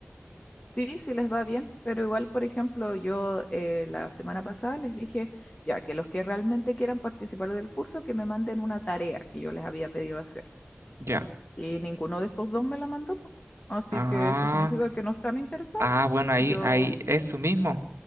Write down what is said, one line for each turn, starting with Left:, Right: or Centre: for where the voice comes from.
Left: Sí, sí les va bien, pero igual, por ejemplo, yo eh, la semana pasada les dije ya que los que realmente quieran participar del curso, que me manden una tarea que yo les había pedido hacer.
Right: Ya.
Left: Y ninguno de estos dos me la mandó, po. Así
Right: Ah,
Left: que eso significa que no están interesados.
Right: ah, bueno, ahí,
Left: Yo,
Right: ahí, eso mismo.